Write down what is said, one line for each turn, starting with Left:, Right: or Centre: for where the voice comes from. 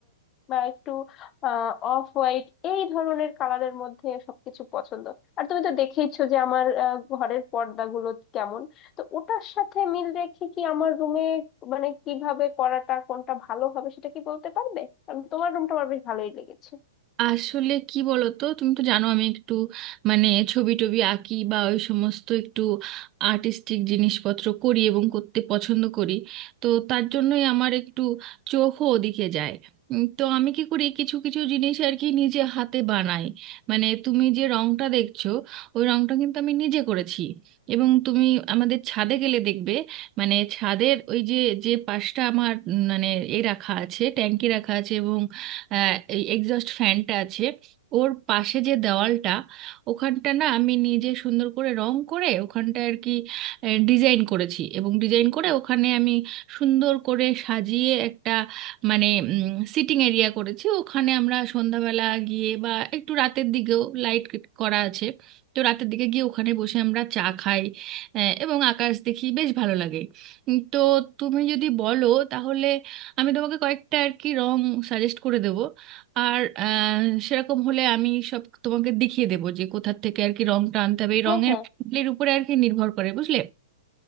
Left: বা একটু অফ হোয়াইট এই ধরনের কালারের মধ্যে সবকিছু পছন্দ আর তুমি তো দেখেইছো যে আমার আহ, ঘরের পর্দাগুলো কেমন তো ওটার সাথে মিল রেখে কি আমার রুমে মানে কিভাবে করাটা কোনটা ভালো হবে সেটা কি বলতে পারবে কারণ তোমার রুমটা আমার বেশ ভালোই লেগেছে
Right: আসলে কি বলতো তুমি তো জানো আমি একটু মানে ছবি টবি আঁকি বা ওই সমস্ত একটু আর্টিস্টিক জিনিসপত্র করি এবং করতে পছন্দ করি তো তার জন্যই আমার একটু চোখও ওদিকে যায় উম, তো আমি কি করি কিছু কিছু জিনিস আর কি নিজে হাতে বানাই মানে তুমি যে রংটা দেখছো ওই রংটা কিন্তু আমি নিজে করেছি এবং তুমি আমাদের ছাদে গেলে দেখবে মানে ছাদের ওই যে যে পাশটা আমার উম, মানে এ রাখা আছে ট্যাঙ্কি রাখা আছে এবং আহ, এই এক্সস্ট ফ্যানটা আছে ওর পাশে যে দেওয়ালটা ওখানটা না আমি নিজে সুন্দর করে রং করে ওখানটা আর কি ডিজাইন করেছি এবং ডিজাইন করে ওখানে আমি সুন্দর করে সাজিয়ে একটা মানে সিটিং এরিয়া করেছি ওখানে আমরা সন্ধ্যাবেলা গিয়ে বা একটু রাতের দিকেও লাইট করা আছে তো রাতের দিকে গিয়ে ওখানে বসে আমরা চা খাই আহ, এবং আকাশ দেখি বেশ ভালো লাগে উম, তো তুমি যদি বলো তাহলে আমি তোমাকে কয়েকটা আর কি রং সাজেস্ট করে দেব আর আহ, সেরকম হলে আমি সব তোমাকে দেখিয়ে দেবো যে কোথার থেকে আর কি রংটা আনতে হবে এই
Left: হ্যাঁ
Right: রঙের
Left: হ্যাঁ
Right: এর উপরে আর কি নির্ভর করে বুঝলে